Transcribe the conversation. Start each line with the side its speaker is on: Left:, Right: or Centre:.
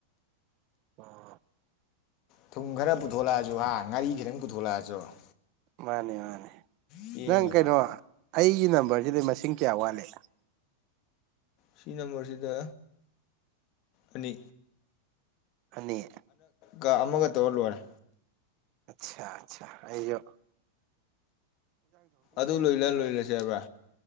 Right: <unintelligible>
Left: ꯊꯨꯝ ꯈꯔ ꯄꯨꯊꯣꯛꯂꯛꯑꯁꯨ ꯍꯥ ꯉꯥꯔꯤ ꯈꯤꯇꯪ ꯄꯨꯊꯣꯛꯂꯛꯑꯁꯨ-
Right: ꯃꯥꯅꯦ ꯃꯥꯅꯦ
Left: ꯄꯦꯟꯅꯦꯕ
Right: ꯅꯪ ꯀꯩꯅꯣ ꯑꯩꯒꯤ ꯅꯝ ꯕꯔꯖꯤꯗꯩ ꯃꯁꯤꯡ ꯀꯌꯥ ꯋꯥꯠꯂꯤ
Left: ꯁꯤ ꯅꯝꯕꯔꯖꯤꯗ ꯑꯅꯤ
Right: ꯑꯅꯤ-
Left: ꯀ ꯑꯃꯒ ꯇꯧꯔ ꯂꯣꯏꯔꯦ
Right: ꯑꯠꯁꯥ ꯑꯠꯁꯥ ꯑꯩꯖꯨ
Left: ꯑꯗꯨ ꯂꯣꯏꯖꯤꯜꯂ ꯂꯣꯏꯖꯤꯜꯂꯖꯤ ꯍꯥꯏꯕ꯭ꯔꯥ